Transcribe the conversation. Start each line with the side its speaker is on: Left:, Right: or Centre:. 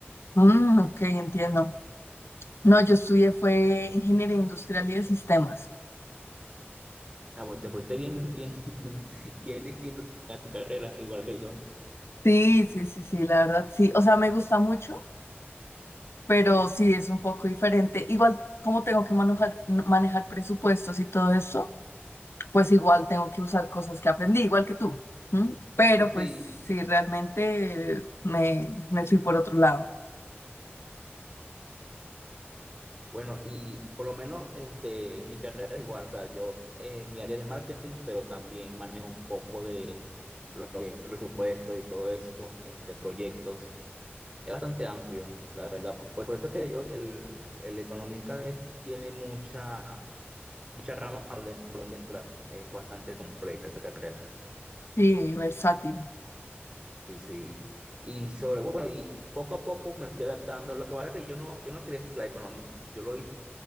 Left: Mm, ok, entiendo. No, yo estudié fue ingeniería industrial y de sistemas.
Right: Ah, pues te fuiste bien, bien, <laughs> bien distinto a tu carrera, igual que yo.
Left: Sí, sí, sí, sí, la verdad, sí. O sea, me gusta mucho, pero sí es un poco diferente. Igual, como tengo que manejar, manejar presupuestos y todo eso, pues igual tengo que usar cosas que aprendí, igual que tú. ¿m? Pero
Right: Sí, sí,
Left: pues sí, realmente eh, me, me fui por otro lado.
Right: Bueno, y por lo menos este, mi carrera es igual, o sea, yo, eh, mi área es de marketing, pero también manejo un poco de lo que es presupuesto y todo eso, este, proyectos. Es bastante amplio, la verdad. Por, por eso es que yo, el, el economista eh, tiene mucha, mucha rama por donde por donde entrar. Es bastante completa esa carrera.
Left: Sí, versátil.
Right: Sí, sí. Y sobre, bueno, y poco a poco me fui adaptando. Lo que pasa es que yo no, yo no quería estudiar economía. Yo lo hice